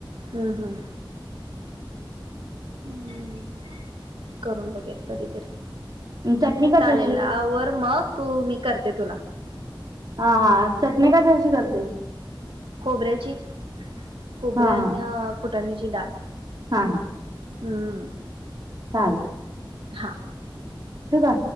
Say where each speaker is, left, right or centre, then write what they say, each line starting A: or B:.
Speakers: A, on the right; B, on the right.
A: हम्म हम्म हम्म, करून बघुयात कधीतरी.
B: चटणी कशाची
A: चालेल, आवर मग, तू मी करते तुला.
B: हा, हा, चटणी का? कशी करतेस?
A: खोबऱ्याची. खोबरे
B: हा
A: अन
B: हा
A: फुटाण्याची डाळ.
B: हा हा
A: हम्म.
B: चाल.
A: हा.
B: ठेवू का?